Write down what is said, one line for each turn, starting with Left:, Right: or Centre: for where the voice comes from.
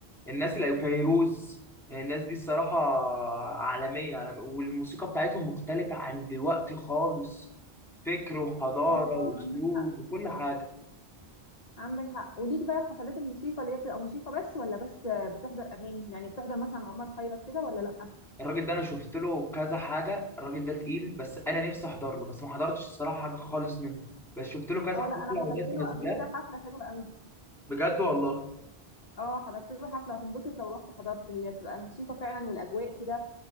Centre: الناس اللي فيروز الناس دي الصراحة عالمية عالمية والموسيقى بتاعتهم مختلفة عن دلوقتي خالص فكر وحضارة
Left: اه
Centre: وأسلوب
Left: اه عندك حق
Centre: وكل حاجة
Left: عندك حق وليك بقى في حفلات الموسيقى اللي هي بتبقى موسيقى بس ولا بس آه، بتحضر اغاني يعني بتحضر مثلا عمر خيرت كده ولا لا
Centre: الراجل ده أنا شفت له كذا حاجة الراجل ده تقيل بس أنا نفسي أحضر له بس ما حضرتش الصراحة حاجة خالص منه بس شفت له كذا
Left: اه
Centre: حفلة
Left: لا انا حضرت
Centre: والناس
Left: له
Centre: منزلاه
Left: قبل كده حفله حلوه قوي
Centre: بجد والله
Left: اه حضرت له حفله هتنبسط لو رحت حضرت هي بتبقى الموسيقى فعلا والاجواء كده